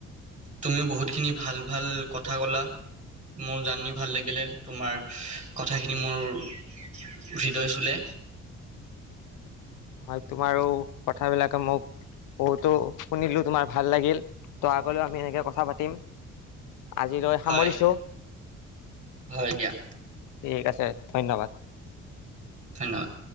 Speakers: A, on the right (about 25°); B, on the left (about 90°).
A: তুমিও বহুতখিনি ভাল ভাল কথা ক'লা। মোৰ জানি ভাল লাগিলে। তোমাৰ কথাখিনি মোৰ হৃদয় চুলে।
B: হয়, তোমাৰো কথাবিলাকে মোক বহুতো শুনিলো, তোমাৰ ভাল লাগিল। ত' আগলৈও আমি এনেকে কথা পাতিম। আজিলৈ সামৰিছো।
A: হয় হয় দিয়া
B: ঠিক আছে, ধন্যবাদ।
A: ধন্যবাদ।